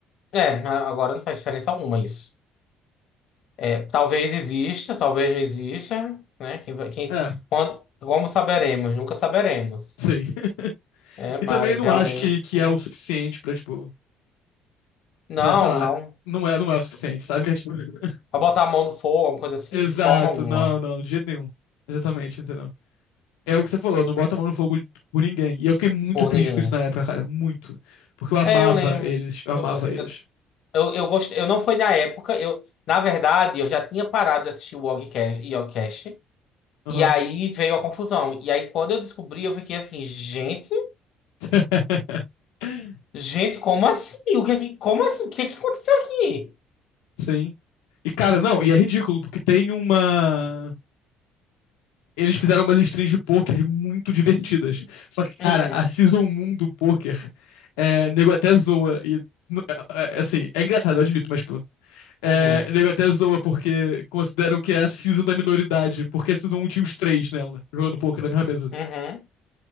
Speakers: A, on the left; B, on the left.
A: É, a- agora não faz diferença alguma isso. É, talvez exista, talvez não exista, né? Quem, vai- quem,
B: É,
A: quando, como saberemos? Nunca saberemos.
B: sei. <laughs>
A: É, mas
B: E também não
A: realmente.
B: acho que, que é o suficiente pra, tipo,
A: Não,
B: pra, sei lá,
A: não.
B: não é, não é o suficiente, sabe? <laughs>
A: Pra botar a mão no fogo, alguma coisa assim,
B: Exato,
A: de forma alguma.
B: não, não, de jeito nenhum. Exatamente, entendeu? É o que você falou, não bota a mão no fogo por ninguém. E eu fiquei muito
A: Por
B: triste
A: ninguém.
B: com isso na época, cara. Muito. Porque eu amava
A: É, eu lembro.
B: eles. Eu amava
A: Eu,
B: eles.
A: eu, eu, eu gostei. Eu não foi na época. Eu, na verdade, eu já tinha parado de assistir o Yogicast, Yogicast.
B: Aham.
A: E aí veio a confusão. E aí, quando eu descobri, eu fiquei assim, gente,
B: <laughs>
A: gente, como assim? O que é que, como assim? O que é que aconteceu aqui?
B: Sim. E, cara, não, e é ridículo, porque tem uma. Eles fizeram umas strings de pôquer muito divertidas. Só que, cara,
A: Uhum,
B: a Season 1 do pôquer, é, nego até zoa. E, n- é, é, é, assim, é engraçado, eu admito, mas, tipo, é,
A: uhum,
B: nego até zoa porque consideram que é a Season da minoridade, porque a Season 1 tinha os três nela, jogando pôquer na mesma mesa.
A: uhum,